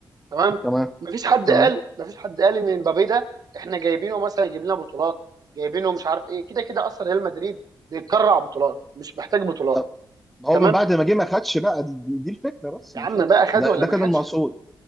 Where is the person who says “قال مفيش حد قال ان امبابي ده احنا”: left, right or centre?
Right